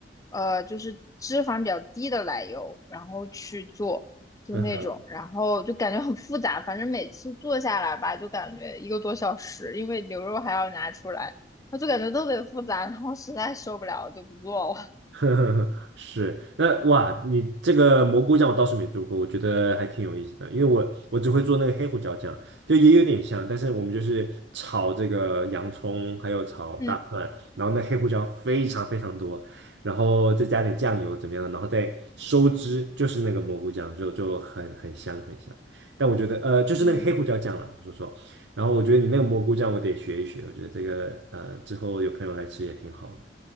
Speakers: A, on the left (about 20°); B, on the right (about 85°).
A: 呃，就是脂肪比较低的奶油，然后去做，就那种，
B: 嗯。
A: 然后就感觉很复杂，反正每次做下来吧，就感觉一个多小时，因为牛肉还要拿出来，我就感觉特别复杂，然后实在受不了，我就不做了。
B: <laughs> 呵呵呵，是，那哇，你这个蘑菇酱我倒是没做过，我觉得还挺有意思的，因为我我只会做那个黑胡椒酱，就也有点像，但是我们就是炒这个洋葱，还有炒大蒜，
A: <laughs> 嗯，
B: 然后那黑胡椒非常非常多，然后再加点酱油怎么样，然后再收汁，就是那个蘑菇酱，就就很很香很香。但我觉得呃，就是那个黑胡椒酱了，
A: 嗯。
B: 我说错，然后我觉得你那个蘑菇酱我得学一学，我觉得这个呃之后有朋友来吃也挺好